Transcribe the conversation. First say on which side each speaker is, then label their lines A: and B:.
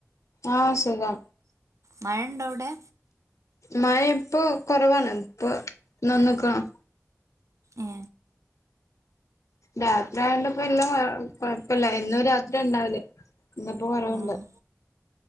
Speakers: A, on the left; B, on the right.
A: ആ സുഖാ
B: മഴ ഉണ്ടോ അവിടെ
A: മഴ ഇപ്പൊ കൊറവാണ്. ഇപ്പൊ നന്ന്ക്കണം
B: ഏ
A: രാത്രി ആയണ്ടപ്പോ എല്ലാം കൊഴപ്പല്ല. എന്നും രാത്രി അത ഇണ്ടാവല് ഇന്ന്പ്പോ കൊറവ്ണ്ട്
B: ആഹ്